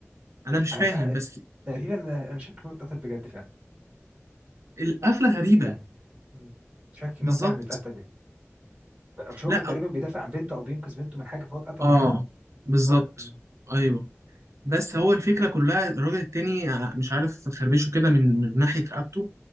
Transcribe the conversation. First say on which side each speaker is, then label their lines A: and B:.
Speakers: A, on the right; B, on the right.
A: انا مش
B: آه،
A: فاهم
B: آه،
A: بس
B: تقريبا انا أنا شاك ان هو اتقتل بجد فعلا
A: القفله غريبه
B: يعني مم. شاك
A: بالظبط
B: ان هو فعلا اتقتل يعني مش هو
A: لا
B: كان تقريبا بيدافع عن بنته او بينقذ بنته من حاجه فهو اتقتل
A: اه
B: مكانها
A: بالظبط
B: صح مم.
A: ايوه بس هو الفكرة كلها الراجل التاني ع- مش عارف خربشه كده من من ناحية رقبته